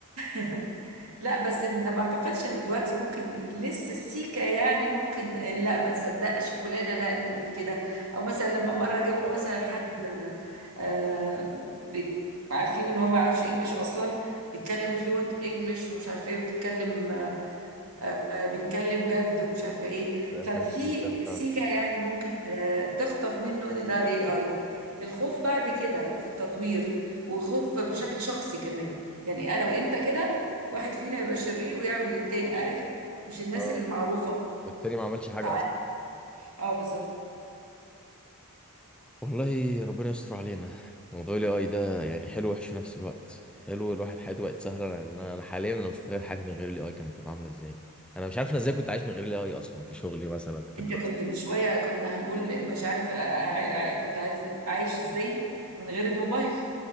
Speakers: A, on the right (about 75°); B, in the centre.
A: <laughs> لا بس ان ما اعتقدش ان دلوقتي ممكن لسه السيكه يعني ممكن لا ما تصدقش فلانه لا انه يقول كده او مثلا لما مره جابوا مثلا
B: آه،
A: حد آه بي- عارفين ان هو ما يعرفش انجليش اصلا بيتكلم فلوينت انجليش ومش عارفه ايه بيتكلم آه، بيتكلم جد ومش عارفه ايه
B: الحاجات
A: ففي
B: دي بتبان فعلا
A: سيكه يعني ممكن ت- تخطف منه ان ده اي اي الخوف بعد كده في التطوير وخوف بشكل شخصي كمان يعني انا وانت كده واحد فينا يبقى شرير ويعمل للتاني عارف مش الناس
B: اه
A: اللي معروفه
B: والتاني ما عملش حاجة
A: فعارف
B: أصلا
A: اه بالظبط
B: والله ربنا يستر علينا موضوع الاي اي ده يعني حلو وحش في نفس الوقت حلو الواحد حياته بقت سهلة يعني أنا أنا حاليا أنا مش متخيل حياتي من غير الاي اي كانت هتبقى عاملة إزاي أنا مش عارف أنا إزاي كنت عايش من غير الاي اي أصلا في شغلي مثلا في
A: انت
B: دراستي
A: كنت من شويه كنا هنقول مش عارف آه، آه، آه، كنت عايز عايش ازاي من غير الموبايل